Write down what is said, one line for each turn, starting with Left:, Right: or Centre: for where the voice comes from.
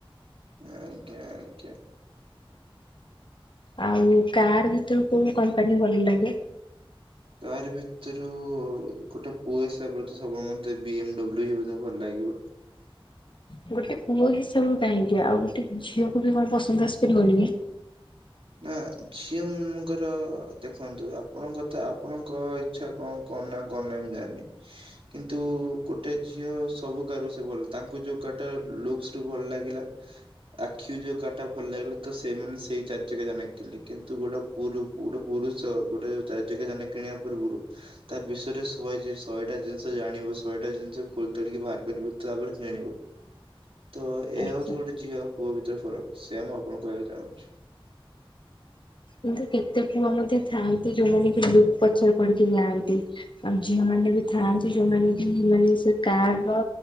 Right: ଆଜ୍ଞା ଆଜ୍ଞା।
Left: ଆଉ କାର୍ ଭିତରୁ କୋଉ କମ୍ପାନୀ ଭଲ ଲାଗେ?
Right: କାର ଭିତରୁ ଗୋଟେ ପୁଅ ହିସାବରେ ସବୁଳେ ମତେ ବି ଏମଡବ୍ଲୁ ହେ ଭଲ ଲାଗିବ।
Left: ଗୋଟେ ପୁଅ ହିସାବରୁ କାହିଁକି ଆଉ ଗୋଟେ ଝିଅକୁ ବି କଣ ପସନ୍ଦ ଆସିପାରିବନି?
Right: ନା ଝିଅ ମାନଙ୍କର ଦେଖନ୍ତୁ ଆପଣଙ୍କଥା ଆପଣଙ୍କ ଛା କଣ କରନା କରନାମ ମୁଁ ଜାଣିନି। କିନ୍ତୁ ଗୋଟେ ଝିଅ ସବୁ କାୁ ସେ ଭଲ ତାଙ୍କୁ ଯୋଉ କାଟା ଲୁକ୍ସ ରୁ ଭଲ ଲାଗିଲା ଆଖି ଯୋଉ କାଟା ଭଲ ଲାଗିଲା ତ ସେମାନେ ସେଇ ଚାରି ଚକି ଯାନା କିଣିଲେ କିନ୍ତୁ ଗୋଟେ ପ ଗୋଟେ ପୁରୁଷ ଗୋଟେ ଚାରି ଚକି ଯାନା କିଣିବା ପୂର୍ବରୁ ତା ବିଷୟରେ ଶହେ ଶହେଟା ଜିନିଷ ଜାଣିବ ଶହେଟା ଜିନିଷ ଖୋଲ ତଳିକ ବାହାର କରିବ ତାପ କି ଆଣିବ। ତ ଏହା
Left: ଆଚ୍ଛା
Right: ହଉଛି ଗୋଟେ ଝିଅ ଆଉ ପୁଅ ଭିତରେ ଫରକ ସେୟା ମୁଁ ଆପଣଙ୍କୁ କହିବାକୁ ଚାହୁଁଛି।
Left: କିନ୍ତୁ କେତେ ପୁଅ ମଧ୍ୟ ଥାଆନ୍ତି ଯୋଉମାନେ କି ଦୁର୍ପଛ କରିକି ଯାଆନ୍ତି। ଆମ ଝିଅ ମାନେ ବି ଥାଆନ୍ତି ଯୋଉମାନେ ବି ସେମାନେ ସେ କାର ର